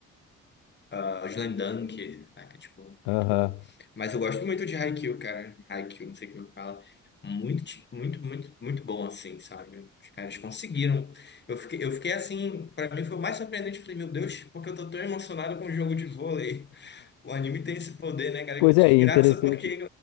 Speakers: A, on the left (about 25°); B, on the left (about 70°).
A: ah, Slam Dunk, saca? Tipo,
B: Aham.
A: muito bom. Mas eu gosto muito de Haikyuu, cara. Haikyuu, não sei como é que fala. Muito, ti- muito, muito, muito bom, assim, sabe? Os caras conseguiram. Eu fiquei, eu fiquei assim, pra mim foi o mais surpreendente. Falei, meu Deus, porque eu tô tão emocionado com o jogo de vôlei? O anime tem esse poder, né, cara?
B: Pois
A: Que desgraça,
B: é, e interessante
A: <laughs> porque